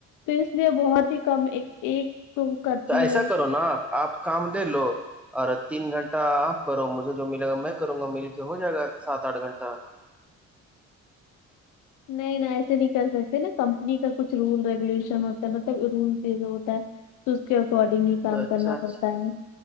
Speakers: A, on the left; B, in the centre.
A: تو اس لیے بہت ہی کم ایک ایک تو کرتی
B: تو ایسا
A: ہوں
B: کرو نا آپ آپ کام لے لو ارے تین گھنٹہ آپ کرو مجھے جو ملے گا میں کروں گا مل کے ہو جائے گا سات آٹھ گھنٹہ
A: نہیں نہ ایسے نہیں کر سکتے نا کمپنی کا کچھ رول ریگولیشن ہوتا ہے مطلب رولز ہوتا ہے تو اس کے اکارڈنگ ہی کام
B: اچھا اچھا
A: کرنا
B: اچھا
A: پڑتا ہے